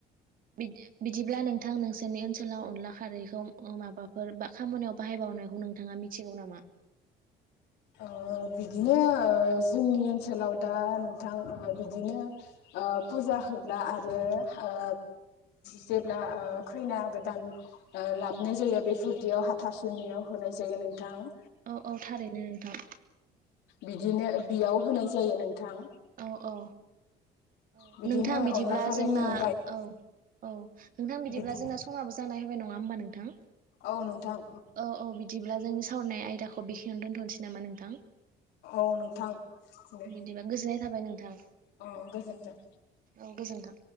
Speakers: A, on the right; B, on the left.
A: बिद बिदिब्ला नोंथां नोंसोरनि ओनसोलाव अनला खारैखौ माबाफोर बा खामानियाव बाहायबावनायखौ नोंथाङा मिथ मिथिगौ नामा?
B: ओ बिदिनो ओ जोंनि ओनसोलाव दा नोंथां बिदिनो, ओ फुजा होब्ला आरो ओ जेब्ला ओ खैना गोदान, ओ लाबोनाय जायो बेफोरदियाव हाथासुनियाव होनाय जायो नोंथाङा,
A: औ औ थारैनो नोंथां,
B: बिदिनो ओ बेयाव होनाय जायो नोंथां।
A: औ औ औ
B: बिदिनो
A: नोंथां बिदिब्ला
B: अनला खारैनि
A: जोंना
B: अनगायै
A: औ औ नोंथां बिदिब्ला
B: बिदि
A: जोंना समाबो जानाय होबाय नङा होमबा नोंथां।
B: औ नोंथां।
A: औ औ बिदिब्ला जोंनि सावरायनाय आयदाखौ बेखिनियावनो दोनथ'नोसै नामा नोंथां।
B: औ नोंथां दे।
A: दिबा गोजोननाय थाबाय नोंथां।
B: अ गोजोनथों।
A: औ गोजोन्थों।